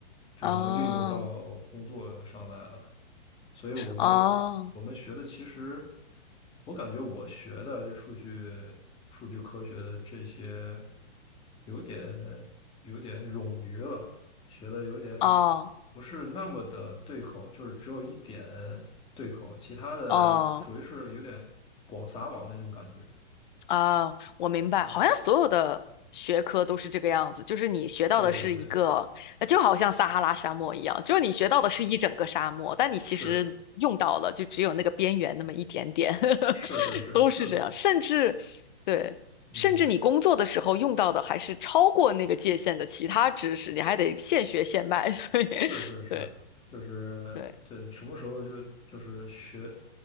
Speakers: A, on the left; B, on the left.
A: 就能运用到工作上来了。
B: 哦
A: 所以我们
B: 哦
A: 我们学的其实，我感觉我学的这数据数据科学的这些，有点有点冗余了，学的有点
B: 哦
A: 不是那么的对口，就是只有一点对口，其他的属于是有点广撒网那种感觉。
B: 哦哦，我明白，
A: 对
B: 好像所有的学科都是这个样子，就是你学到的是一个，
A: 对对，
B: 呃就好像撒哈拉沙漠一样，就是你学到的是一整个沙漠，但你其实用到了就只有那个边缘那么一点点，
A: 是
B: <laughs>
A: 是是是，
B: 都是这样，
A: 就是
B: 甚至对。
A: 嗯。
B: 甚至你工作的时候用到的还是超过那个界限的其他知识，你还得现学现卖，所以 <laughs>，
A: 是是是，
B: 对
A: 就是对，
B: 对，
A: 什么时候就就是学，